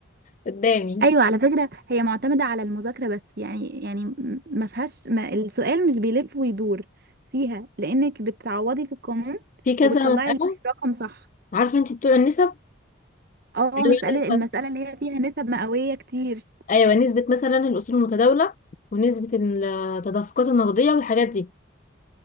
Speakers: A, on the left; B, on the right.
A: قدامي
B: ايوه على فكرة هي معتمدة على المذاكرة بس يعني يعني م- ما فيهاش ما السؤال مش بيلف ويدور فيها لانك بتعوضي في القانون
A: في كذا
B: وبتطلعي
A: مساله
B: الرقم صح
A: عارفه انت بتوع النسب
B: اه
A: اللي
B: مسألة
A: هي النسبه
B: المسألة اللي هي فيها نسب مئوية كتير
A: ايوه نسبه مثلا الاصول المتداوله ونسبه التدفقات النقديه والحاجات دي